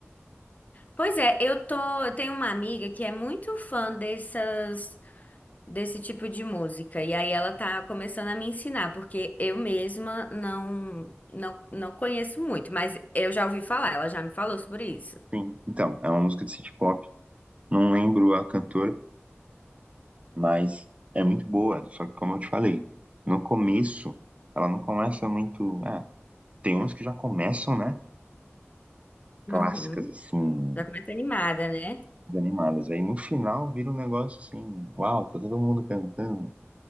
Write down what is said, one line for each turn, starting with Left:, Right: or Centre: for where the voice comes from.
Left: Pois é, eu tô, eu tenho uma amiga que é muito fã dessas desse tipo de música. E aí ela tá começando a me ensinar, porque eu mesma não não não conheço muito, mas eu já ouvi falar, ela já me falou sobre isso.
Right: Sim. Então, é uma música de City Pop. Não lembro a cantora, mas é muito boa. Só que, como eu te falei, no começo, ela não começa muito. é, Tem uns que já começam, né? Clássicas,
Left: Uhum.
Right: assim,
Left: Já começa animada, né?
Right: animadas. Aí no final vira um negócio assim, uau, tá todo mundo cantando.